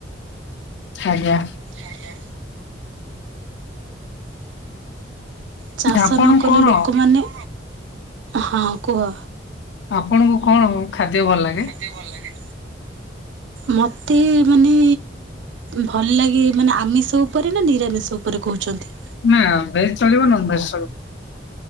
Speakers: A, on the left; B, on the right.
A: ଆଜ୍ଞା।
B: ଆଜ୍ଞା। ଚାଷ
A: ଆପଣଙ୍କୁ
B: ନ କଲେ
A: କଣ
B: ଲୋକମାନେ ହଁ କୁହ।
A: ଆପଣଙ୍କୁ କଣ ଖାଦ୍ୟ ଭଲ ଲାଗେ?
B: ଖାଦ୍ୟ ଭଲ ଲାଗେ? ମତେ ମାନେ ଭଲ ଲାଗେ ମାନେ ଆମିଷ। ସ ଉପରେ ନା ନିରାମିଷ ଉପରେ କହୁଚନ୍ତି?
A: ନାଁ ଭେଜ ଚଳିବ ନନ ଭେଜ ଚଳିବ।